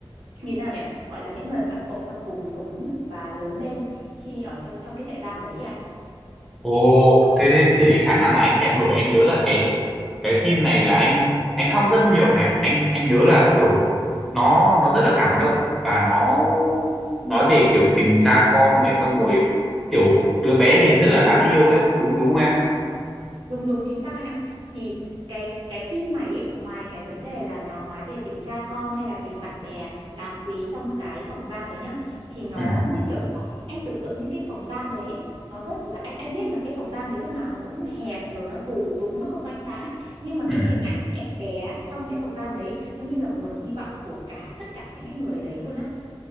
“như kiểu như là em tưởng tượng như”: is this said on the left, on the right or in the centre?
Right